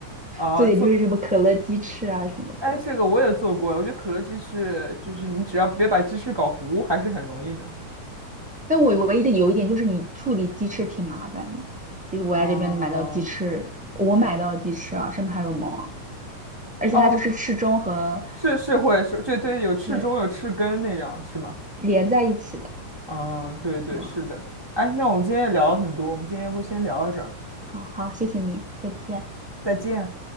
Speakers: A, on the right; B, in the centre.
A: 啊，
B: 这也就是什么可乐鸡翅啊什么的。
A: 做，哎，这个我也做过，我觉得可乐鸡翅就是你只要别把鸡翅搞糊，还是很容易的。
B: 但我唯一的有一点就是你处理鸡翅挺麻烦的，就是我在这边买到鸡翅，
A: 哦，
B: 我买到的鸡翅啊，上面还有毛啊，而且它就是翅中和
A: 哦，是是会是，对对，有翅中有翅根那种是吗？
B: 对连在一起的，
A: 嗯，对对是的。
B: 这样啊。
A: 哎，那我们今天也聊了很多，我们今天要不先聊到这儿，
B: 好好，谢谢你，再见。
A: 再见。